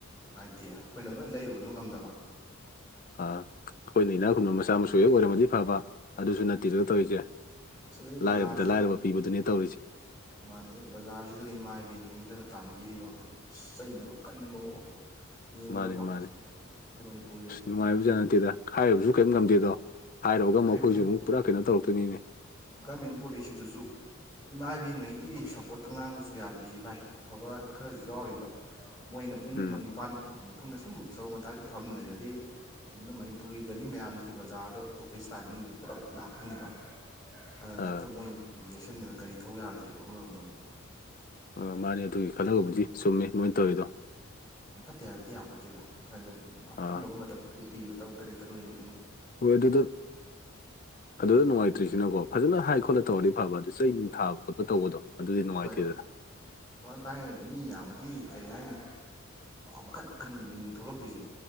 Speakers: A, on the left; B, on the left.
A: ꯃꯥꯏꯇꯦ ꯑꯩꯈꯣꯏꯅ ꯂꯣꯏ ꯂꯩꯔꯨꯕꯁꯨ ꯉꯝꯗꯕ
B: ꯑ ꯑꯩꯈꯣꯏꯅ ꯏꯅꯥꯛ ꯈꯨꯟꯕ ꯃꯆꯥ ꯃꯁꯨ ꯍꯦꯛ ꯑꯣꯏꯔꯝꯃꯗꯤ ꯐꯕ ꯑꯗꯨꯁꯨ ꯅꯠꯇꯦꯗꯨꯗ
A: ꯃꯥꯅꯤ
B: ꯇꯧꯔꯤꯁꯦ
A: ꯑꯁ ꯑꯗꯩ ꯕꯖꯥꯔꯁꯤꯗ
B: ꯂꯥꯏꯔꯕꯗ ꯂꯥꯏꯔꯕ ꯄꯤꯕꯗꯨꯅꯦ ꯇꯧꯔꯤꯁꯦ
A: ꯃꯥꯅꯦ ꯕꯖꯥꯔꯁꯤꯗꯒ ꯏꯃꯥ ꯏꯕꯦꯟꯁꯤꯡꯁꯤꯗꯒ ꯇꯥꯟꯕꯤꯔꯤꯕꯠ ꯆꯩꯅꯕ ꯀꯟꯕ ꯌꯦꯡꯕꯗꯀꯣ
B: ꯃꯥꯅꯤ ꯃꯥꯅꯤ
A: ꯃꯅꯤꯄꯨꯔꯒꯤ
B: ꯑꯁ ꯅꯨꯡꯉꯥꯏꯕꯖꯥ ꯅꯠꯇꯦꯗ ꯍꯥꯏꯔꯤꯕꯁꯨ ꯀꯔꯤꯝ ꯉꯝꯗꯦꯗꯣ ꯍꯥꯏꯔꯒ
A: ꯀꯔꯤꯒꯨꯝꯕ
B: ꯃꯈꯣꯏꯁꯨ ꯑꯃꯨꯛ ꯄꯨꯔꯥ ꯀꯩꯅꯣ ꯇꯧꯔꯛꯇꯣꯏꯅꯤꯅꯦ
A: ꯒꯃꯦꯟ ꯄꯣꯂꯤꯁꯤꯗꯨꯁꯨ ꯏꯃꯥ ꯏꯕꯦꯟꯉ ꯑꯩꯒꯤ ꯁꯞꯄꯣꯔꯠꯇ ꯉꯥꯡꯕꯁꯨ ꯌꯥꯗ꯭ꯔꯤ ꯚꯥꯏ ꯑꯐꯕ ꯈꯔꯁꯨ ꯌꯥꯎꯔꯤꯕ ꯃꯣꯏꯅ ꯄꯨꯡ
B: ꯎꯝ
A: ꯅꯤꯄꯥꯟ ꯃꯇꯨꯡꯗ ꯁꯨꯝ ꯁꯣꯔꯣꯛ ꯃꯇꯥꯏꯗ ꯐꯝ ꯂꯩꯔꯗꯤ ꯁꯣꯨꯝꯗ ꯃꯅꯤꯄꯨꯔꯒꯤ ꯒꯥꯔꯤ ꯃꯌꯥꯝꯁꯤꯗꯤ ꯕꯖꯥꯔꯗ ꯑꯣꯐꯤꯁ ꯇꯥꯏꯃꯤꯡ ꯄꯨꯂꯞ ꯂꯥꯛꯇꯣꯏꯅꯤꯗ ꯑꯗꯨ ꯅꯠꯇ
B: ꯑꯥ
A: ꯃꯣꯏ ꯌꯦꯛꯁꯤꯟꯗꯅ ꯀꯔꯤ ꯊꯧ ꯌꯥꯔꯣꯏꯗ꯭ꯔꯤꯕꯣ ꯑꯃꯔꯣꯝꯗ ꯑꯃꯣ
B: ꯑ ꯃꯥꯅꯦ ꯑꯗꯨꯒꯤ ꯈꯜꯂꯒꯕꯨꯗꯤ ꯆꯨꯝꯃꯦ ꯃꯣꯏꯅ ꯇꯧꯔꯤꯗꯣ
A: ꯅꯠꯇꯦ ꯍꯥꯏꯕꯗꯤ ꯌꯥꯄꯣꯠꯇꯦꯗꯈꯣꯏ ꯑꯀꯛꯅꯕ
B: ꯑꯥ
A: ꯃꯇꯝꯗꯤ ꯄꯤꯕ ꯇꯔꯨ ꯇꯔꯦꯠꯇ ꯅꯣꯏꯒꯤ
B: ꯍ ꯑꯗꯨ ꯑꯗꯨ ꯑꯗꯨ ꯅꯣꯋꯥꯥꯏꯇ꯭ꯔꯤꯁꯤꯅ ꯀꯣꯄ ꯐꯖꯅ ꯍꯥꯏ ꯈꯣꯠꯂ ꯇꯧꯔꯗꯤ ꯐꯕ ꯑꯗꯨ ꯆꯩꯅꯨꯡ ꯊꯥꯕ ꯈꯣꯠꯄ ꯇꯧꯕꯗꯣ ꯑꯗꯨꯗꯤ ꯅꯨꯡꯉꯥꯏꯇꯦꯗꯅ
A: ꯍꯣꯏ ꯄꯥꯏ ꯃꯤ ꯌꯥꯝꯃꯗꯤ ꯀꯔꯤ ꯍꯥꯏꯅꯤ ꯃꯈꯟ ꯃꯈꯟꯒꯤ ꯃꯤꯅꯤ ꯊꯣꯛꯂꯛꯇꯣꯏꯁꯦ